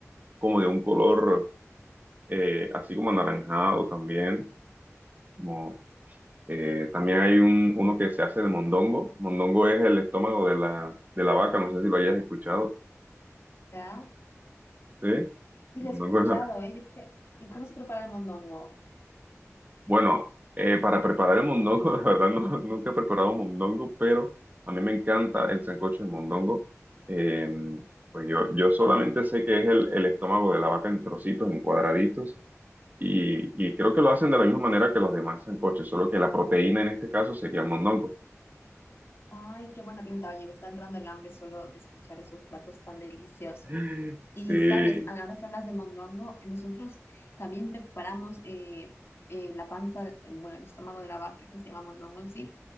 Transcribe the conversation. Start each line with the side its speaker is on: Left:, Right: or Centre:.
Right: como de un color eh, así como anaranjado también. Como, eh, también hay un, uno que se hace de mondongo. Mondongo es el estómago de la, de la vaca, no sé si lo hayas escuchado.
Left: ¿Ya?
Right: ¿Sí?
Left: Sí,
Right: Mondongo
Left: lo he escuchado,
Right: es la-
Left: ¿eh? Yo creo- ¿Y cómo se prepara el mondongo?
Right: Bueno, eh, para preparar el mondongo, <laughs> la verdad no- nunca he preparado mondongo, pero a mí me encanta el sancocho de mondongo. Eh, pues yo, yo solamente sé que es el, el estómago de la vaca en trocitos, en cuadraditos, y, y creo que lo hacen de la misma manera que los demás sancoches, solo que la proteína en este caso sería el mondongo.
Left: Ay, qué buena pinta. Oye, me está entrando el hambre solo de escuchar esos platos tan deliciosos.
Right: <laughs>
Left: Y
Right: Sí,
Left: sabes, ahora que hablas de mondongo, nosotros también preparamos eh, eh, la panza, eh, bueno, el estómago de la vaca que se llama mondongo en sí,